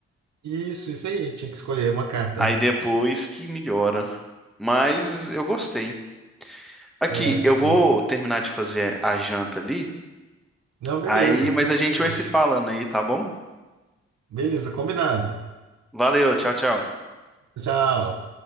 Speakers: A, on the right; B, in the centre.
A: Isso, isso aí. Tinha que escolher uma carta,
B: Aí depois que melhora. Mas eu gostei. Aqui,
A: né?
B: eu vou
A: É ba-
B: terminar de fazer a janta ali,
A: Não, beleza,
B: aí, mas
A: tranquilo.
B: a gente vai se falando aí, tá bom?
A: Beleza, combinado.
B: Valeu, tchau, tchau.
A: Tchau.